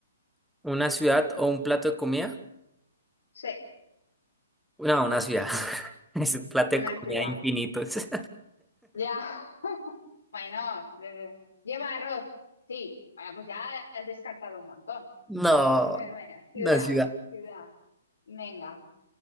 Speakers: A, in the centre; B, on the left.
A: ¿Una ciudad o un plato de comida?
B: Sí,
A: No, una ciudad. <laughs> Es un plato
B: una
A: de comida
B: ciudad.
A: infinitos.
B: Ya. <laughs> Bueno, eh, lleva arroz. Sí. Bueno, pues ya has descartado un montón.
A: <laughs> No,
B: Pero bueno, bueno, ciudad,
A: una ciudad.
B: ciudad. Venga,